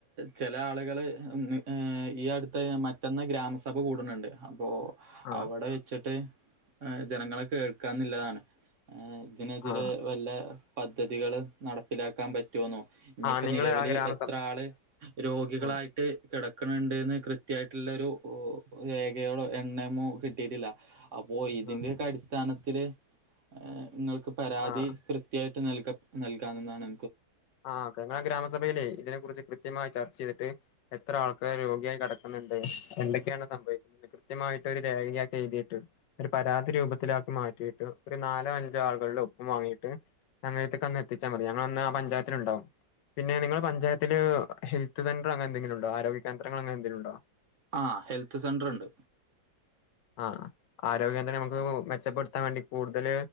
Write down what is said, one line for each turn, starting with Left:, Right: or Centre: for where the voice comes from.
Right: ചില ആളുകള് <unintelligible> ഈ അടുത്ത മറ്റന്ന് ഗ്രാമസഭ കൂടുന്നുണ്ട് അപ്പോ
Left: ആ ആ
Right: അവിടെ വെച്ചിട്ട് ആ ജനങ്ങൾ കേ ക്കാ എന്നുള്ളതാണ് ഇതിനെതിരെ
Left: ആ
Right: പദ്ധതികൾ നടപ്പിലാക്കാൻ പ <unintelligible> ഇനിപ്പോ
Left: ആ നിങ്ങൾ
Right: നിലവില്
Left: ആ ഗ്രാമ
Right: എത്ര ആള് രോഗികളായിട്ട്
Left: ആ
Right: കിടക് വക്കണണ്ട്ന്ന് കൃത്യമായിട്ടുള്ളൊ ഒരു രേഖയോളോ എണ്ണയമോ കിട്ടിയിട്ടില്ല അപ്പോഇതിന്റെയൊക്കെ
Left: ആ
Right: അടിസ്ഥാന <unintelligible> ആ ങ്ങൾക്ക് ക്ക് പരാതി
Left: ആ
Right: <unintelligible> നൽകാ നൽകാവുന്നതാണ്
Left: ആഹ്ക്കെ നിങ്ങളെ ഗ്രാമസഭയിലെ ഇതിനെ കുറിച്ച് കൃ കൃത്യമായി ചർച്ച ചെയ്തിട്ട് എത്ര ആൾക്കാർ രോഗിയായി കിടക്കുന്നുണ്ട് എന്തൊക്കെയാണ് സംഭവിക്കുന്നത് കൃത്യമായിട്ട് ഒരു രേഖക്കെ എഴുതിയിട്ട് ഒരു പരാതി രൂപത്തിലാക്കി മാറ്റിയിട്ട് ഒരു നാലോ അഞ്ചോ ആളുകളുടെ ഒപ്പും വാങ്ങിയിട്ട് ഞങ്ങത്തേക്ക് അന്ന് എത്തിച്ചാൽ മതി ഞങ്ങൾന്ന് ആ പഞ്ചായ ഉണ്ടും പിന്നെ നിങ്ങള്ൾ പഞ്ചായത്തില് ഹെൽത്ത് സെന്റർ അങ്ങനെന്തെിലും ഉണ്ടോ ആരോഗ്യ കേന്ദ്രങ്ങൾ അങ്ങനെ എന്തെങ്കില ഉണ്ടോ
Right: ആ ഹെൽത്ത് സെന്റർണ്ട്
Left: ആ ആരോഗ്യ കേന്ദ്രം നമുക്ക് മെച്ചപ്പെടുത്താൻ വേണ്ടി കൂടുതൽ